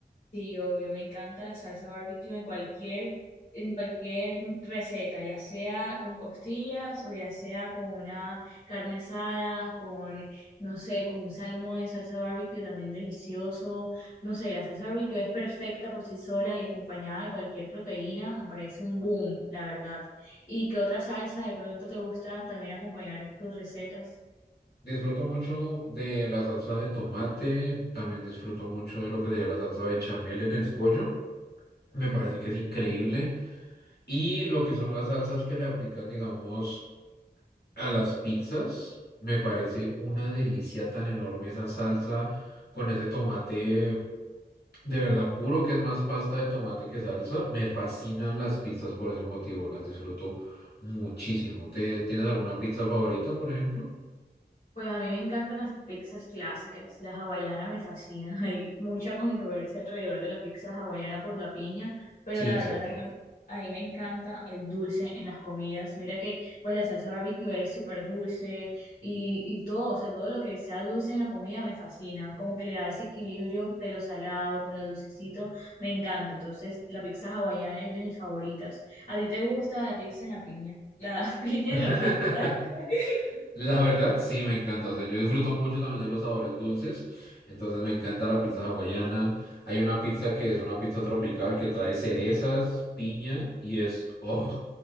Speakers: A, on the left; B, on the left.
A: Sí, obvio, me encanta la salsa barbecue en cualquier, en cualquier receta, ya sea con costillas o ya sea con una carne asada, con, no sé, con un salmón de salsa barbecue también delicioso. No sé, la salsa barbecue es perfecta por sí sola y acompañada de cualquier proteína, me parece un boom, la verdad. ¿Y qué otra salsa de pronto te gusta también acompañar tus recetas?
B: Disfruto mucho de la salsa de tomate, también disfruto mucho de lo que sería la salsa bechamel en el pollo. Me parece que es increíble Y lo que son las salsas que le aplican, digamos, a las pizzas, me parece una delicia tan enorme esa salsa con ese tomate de verdad puro, que es más pasta de tomate que salsa. Me fascinan las pizzas por ese motivo, las disfruto muchísimo. ¿Te, tienes alguna pizza favorita, por ejemplo?
A: Pues a mí me encantan las pizzas clásicas, la hawaiana me fascina, <laughs> hay mucha controversia alrededor de la pizza hawaiana por la piña, pero
B: Sí,
A: la
B: es
A: verdad
B: cierto.
A: a mí, a mí me encanta el dulce en las comidas, mira que pues la salsa barbecue es súper dulce y, y todo, o sea, todo lo que sea dulce en la comida me fascina, como que le da ese equilibrio de lo salado con lo dulcecito, me encanta, entonces la pizza hawaiana es de mis favoritas. ¿A ti te gusta la pizza en la piña? La <laughs> piña
B: <laughs>
A: en la pizza, <laughs>
B: La verdad, sí, me encanta. O sea, yo disfruto mucho también de los sabores dulces. Entonces me encanta la pizza hawaiana. Hay una pizza que es una pizza tropical que trae cerezas, piña y es, oh,